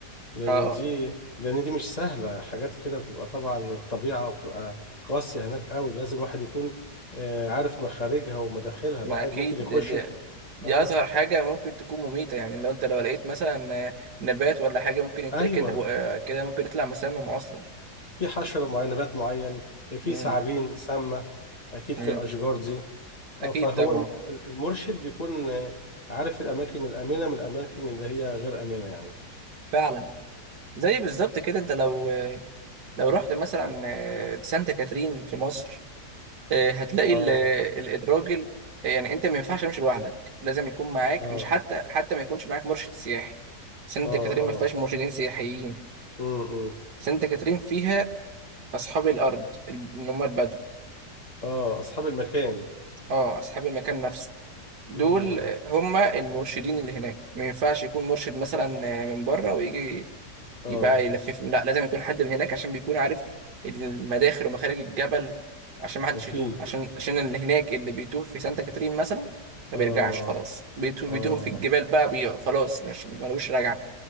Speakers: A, on the left (about 20°); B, on the right (about 70°).
A: لان
B: اه
A: دي
B: اه
A: لان دي مش سهله حاجات كده بتبقى طبعا الطبيعه وبتبقى قاسيه هناك قوي لازم الواحد يكون آه، عارف مخارجها ومداخلها
B: ما
A: الواحد
B: اكيد
A: ممكن يخش
B: دي, دي, دي
A: اه
B: اصغر حاجة ممكن تكون مميتة يعني لو انت لو لقيت مثلا نبات ولا حاجة ممكن يتاكل
A: ايوه
B: هو- كده ممكن يطلع مسمم اصلا
A: في حشره معينه نبات معين في
B: مم.
A: ثعابين سامه اكيد
B: مم.
A: في الاشجار دي
B: اكيد
A: اه فهو
B: طبعا
A: الم- المرشد بيكون آه، عارف الاماكن الامنه من الاماكن اللي هي غير امنه يعني
B: فعلا زي بالظبط كده انت لو لو رحت مثلا آه، سانتا كاترين في مصر آه، هتلاقي
A: اه
B: ال- ال- الراجل آه، يعني انت ما ينفعش تمشي لوحدك لازم يكون معاك
A: اه
B: مش حتى حتى ما يكونش معاك مرشد سياحي سانت
A: اه
B: كاترين
A: اه
B: ما فيهاش مرشدين سياحيين
A: امم إمم.
B: سانت كاترين فيها اصحاب الارض ال- اللي هم البدو
A: اه اصحاب المكان
B: اه اصحاب المكان نفسه دول
A: امم
B: آه، هم المرشدين اللي هناك ما ينفعش يكون مرشد مثلا آه، من بره ويجي
A: اه
B: يبقى يلففهم لا لازم يكون حد من هناك عشان بيكون عارف المداخل ومخارج الجبل عشان ما حدش
A: اكيد
B: يتوه عشان عشان اللي هناك اللي بيتوه في سانتا كاترين مثلا ما
A: اه
B: بيرجعش خلاص بيتوه
A: اه
B: بيتوه في الجبال بقى بي... خلاص مش ملوش رجعة